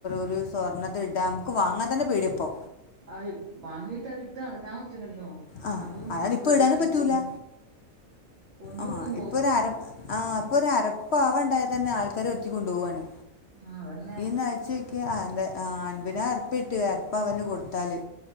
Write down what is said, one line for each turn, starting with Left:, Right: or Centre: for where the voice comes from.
Left: ഒരു സ്വർണത്തി ഇടാ നമുക്ക് വാങ്ങാൻ തന്നെ പേടിയാ ഇപ്പോ
Right: ആ വാങ്ങിട്ട് അത് ഇട്ട് നടക്കാൻ പറ്റൂലല്ലോ
Left: ആ
Right: അതും
Left: അതാണ് ഇപ്പോൾ
Right: പേടിയാണ്
Left: ഇടാനും പറ്റൂല
Right: പോ ഉം കൊന്നിട്ടും
Left: ആ
Right: പോവും
Left: ഇപ്പൊ ഒരു അര ആ ഇപ്പൊ ഒരു അരപ്പ ആ ഇണ്ടായതന്നെ ആൾക്കാര് ഒരുത്തി കൊണ്ടുപോവണ്
Right: ആതൻ
Left: ഈ നഴ്ച്ചയ്ക്ക് എ അൻമ്പതിനായിര രുപ്പിട്ട് അരപ്പ വന് കൊടുത്താല്